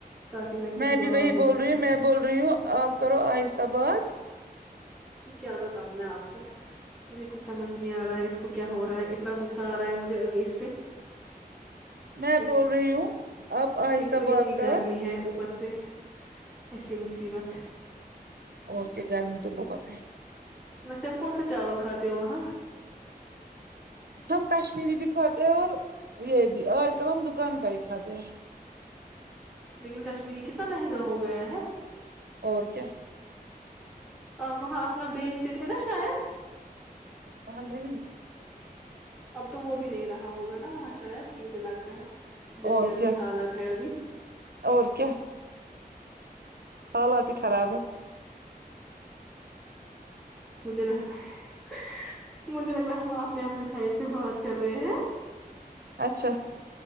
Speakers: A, in the centre; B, on the right (about 80°).
A: تکے میں کچھ
B: بھی
A: جواب
B: وہی
A: دے
B: بول
A: سکوں
B: رہی ہوں میں بول رہی ہوں اپ کرو اہستہ بات
A: کیا بتاؤں میں اپ کو مجھے کچھ سمجھ نہیں آرہا ہے اس کو کیا ہو رہا ہے اتنا غصہ آرہا ہے مجھے اب اس پہ
B: میں
A: ایک
B: بول
A: تو
B: رہی ہوں آپ آہستہ
A: ایک تو
B: بات
A: اتنی
B: کرو
A: گرمی ہے اوپر سے ایسی مصیبت
B: اور پھر گرمی تو بہت ہے
A: ویسے آپ کون سا چاول کھاتے ہو وہاں
B: ہم کشمیری بھی کھاتے ہیں اور یہ بھی آج کل ہم دکان کا ہی کھاتے ہیں
A: لیکن کشمیری کتنا مہنگا ہو گیا ہے
B: اور کیا
A: آپ وہاں اپنا بیچتے تھے نا شاید
B: <unintelligible>
A: اب تو وہ بھی نہیں رہا ہوگا نا ہاں شاید مجھے لگتا ہے جیسے
B: اور
A: اپ
B: کیا
A: کی حالات ہے ابھی
B: اور کیا حالات ہی خراب ہے
A: مجھے لگتا ہے مجھے لگتا ہے ہم اپنے اپنے سائڈ سے بات کر رہے ہیں
B: اچھا